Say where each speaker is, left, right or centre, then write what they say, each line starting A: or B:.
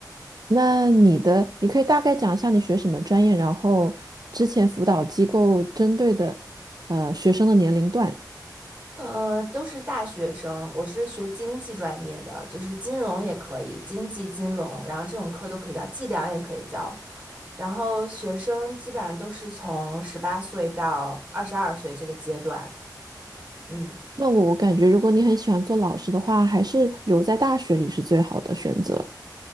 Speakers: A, on the right; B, on the right.
A: 那你的，你可以大概讲一下你学什么专业，然后之前辅导机构针对的，呃，学生的年龄段。
B: 嗯，都是大学生，我是学经济专业的，就是金融也可以，经济金融，然后这种课都可以教，计量也可以教。然后学生基本上都是从十八岁到二十二岁这个阶段，嗯。
A: 那我我感觉，如果你很喜欢做老师的话，还是留在大学里是最好的选择。